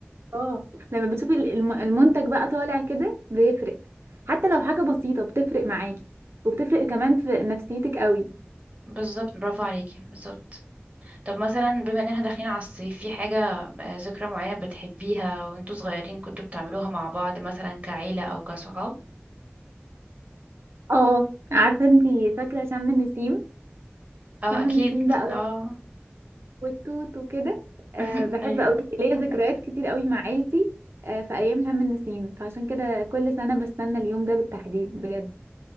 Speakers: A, on the right (about 65°); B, on the right (about 35°).
A: اه لما بتشوفي ال- الم- المنتج بقى طالع كده بيفرق حتى لو حاجة بسيطة بتفرق معاكي وبتفرق كمان في نفسيتك قوي
B: بالظبط برافو عليكي بالظبط طب مثلا بما ان احنا داخلين على الصيف في حاجة آه، ذكرى معينة بتحبيها وانتوا صغيرين كنتوا بتعملوها مع بعض مثلا كعيلة او كصحاب
A: اه عارفة انتي فاكرة شم النسيم
B: اه
A: شم
B: اكيد
A: النسيم بقى
B: اه
A: والتوت وكده أه
B: <laughs>
A: بحب
B: ايوه
A: قوي ليا ذكريات كتير قوي مع عيلتي أه في ايام شم النسيم فعشان كده كل سنة بستنى اليوم ده بالتحديد بجد